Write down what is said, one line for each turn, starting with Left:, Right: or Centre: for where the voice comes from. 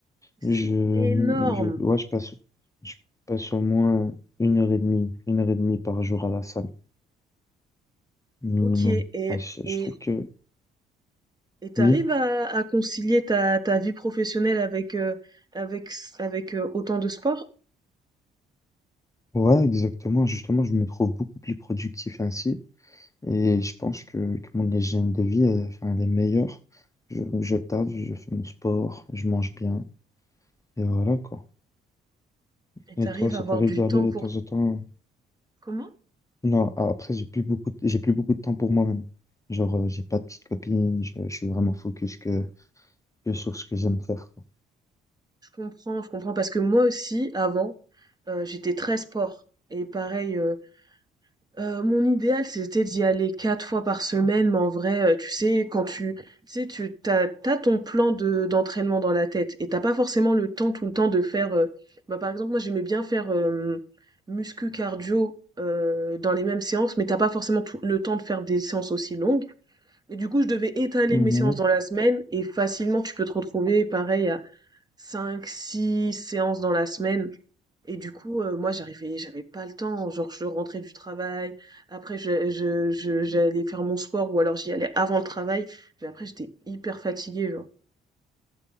Right: C'est
Left: Je,
Right: énorme!
Left: je, ouais, je passe, je passe au moins une heure et demie, une heure et demie par jour à la salle, minimum.
Right: OK et
Left: Enfin, je, je
Right: et
Left: trouve que
Right: et t'arrives
Left: oui,
Right: à à concilier ta ta vie professionnelle avec, heu, avec s avec, heu, autant de sport?
Left: ouais, exactement. Justement, je me trouve beaucoup plus productif ainsi. Et je pense que, que mon hygiène de vie, elle, enfin, elle est meilleure. Je, je taffe, je fais mon sport, je mange bien. Et voilà, quoi.
Right: Et t'arrives
Left: Et toi, ça
Right: à avoir
Left: t'arrive
Right: du
Left: d'y aller
Right: temps
Left: de
Right: pour
Left: temps en temps?
Right: comment?
Left: Non, a- après, j'ai plus beaucoup de... j'ai plus beaucoup de temps pour moi-même. Genre, euh, j'ai pas de petite copine, je, je suis vraiment focus que, que sur ce que j'aime faire, quoi.
Right: Je comprends, je comprends parce que moi aussi avant, heu, j'étais très sport et pareil, euh, Heu, mon idéal, c'était d'y aller 4 fois par semaine, mais en vrai, heu, tu sais, quand tu tu sais, tu tu as tu ton plan de d'entraînement dans la tête et t'as pas forcément le temps tout le temps de faire, heu, bah, par exemple, moi, j'aimais bien faire, hem, muscu, cardio, heu, dans les mêmes séances, mais t'as pas forcément tout le temps de faire des séances aussi longues et du coup, je devais étaler
Left: Mhm.
Right: mes séances dans la semaine et facilement, tu peux te retrouver pareil à cinq, six séances dans la semaine. Et du coup, heu, moi j'arrivais j'avais pas le temps, genre je rentrais du travail, après je je je j'allais faire mon sport ou alors j'y allais avant le travail, mais après j'étais hyper fatiguée, genre.